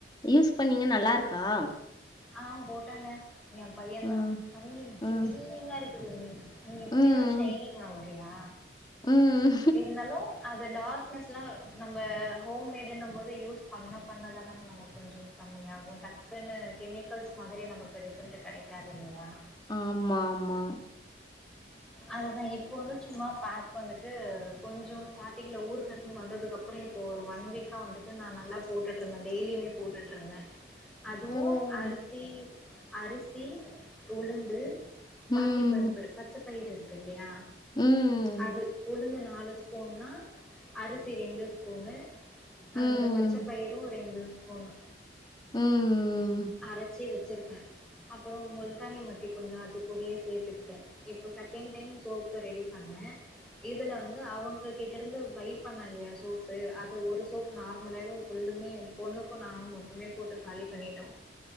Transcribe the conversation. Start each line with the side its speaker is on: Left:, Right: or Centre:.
Left: யூஸ் பண்ணீங்க நல்லா இருக்கா
Centre: ஆஹ் போட்டாங்க என் பையதா
Left: ம்.
Centre: அம்மி <unintelligible> <unintelligible>
Left: ம்.
Centre: நீ இப்டிதான்
Left: ம்.
Centre: சைனிங் ஆவ சியா
Left: ம்.
Centre: இருந்தாலும் அத் அந்த டார்க்னஸ்லாம் நம்ப ஹோம்மேடுன்னம் போது யூஸ் பண்ண பண்னாதானங்க நமக் கொஞ்சம் கம்மியாகும் டக்குனு கெமிக்கல்ஸ் மாதிரி நமக்கு ரிசல்ட் கடைக்காது இல்லயா
Left: ஆமா மா
Centre: அதுதான் இப்ப வந்து சும்மா பாக் வந்துட்டு கொஞ்சம் ஸ்டார்ட்டிங்ல ஊர்ல இருந்து வந்ததுக்கப்பறம் இப்போ ஒரு ஒன் வீக்கா வந்துட்டு நான் நல்லா போட்டுட்டு இருந்தேன் டெய்லியுமே போட்டுட்டு இருந்தேன் அதுவும்
Left: ம்.
Centre: அரிசி அரிசி உளுந்து
Left: ம்.
Centre: பாசி பருப்பு பச்ச பயிறு இருக்கு இல்லியா
Left: ம்.
Centre: அது உளுந்து நா நாலு ஸ்பூன்னா அரிசி ரெண்டு ஸ்பூனு அந்த
Left: ம்.
Centre: பச்ச பயிரு ரெண்டு ஸ்பூனு
Left: உம் ம்
Centre: அரச்சி வச்சுருக்கே அப்பறோ முல்தானி மட்டி கொஞ்ச அதுகூடயே சேத்துக்ட்டே இப்போ செகண்ட் டைம் சோப்பு ரெடி பண்ணே இதுல வந்து அவுங்க கிட்டருந்து பை பண்ணல்லையா சோப்பு அது ஒரு சோப் நார்மலாவே ஃபுல்லுமே பொண்ணுக்கு நானு மட்டுமே போட்டு காலி பண்ணிட்டோ